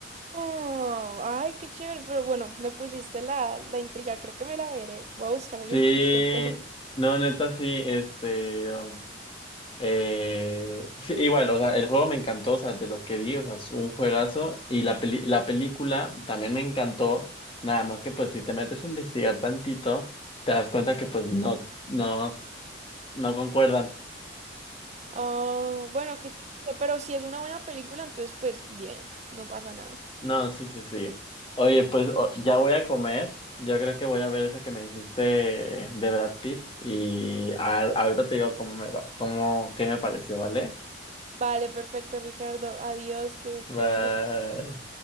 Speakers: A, on the right (about 35°); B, on the left (about 30°).
A: Ah, ay, qué chévere, pero bueno, me pusiste la, la intriga, creo que me la veré. Voy a buscar a alguien
B: Sí,
A: <laughs> con quien verme.
B: no, neta, sí, este, um, eh, sí, igual, o sea, el juego me encantó, o sea, de lo que vi, o sea, es un juegazo, y la peli- la película también me encantó, nada más que pues si te metes a investigar tantito, te das cuenta que pues no, no, no concuerdan.
A: Ah, bueno, qué triste, pero si es una buena película, entonces pues bien, no pasa nada.
B: No, sí, sí, sí. Oye, pues o- ya voy a comer, yo creo que voy a ver esa que me dijiste de Brad Pitt, y a- ahorita te digo cómo me va, cómo, qué me pareció, ¿vale?
A: Vale, perfecto, Ricardo. Adiós, que
B: Bye.
A: tengas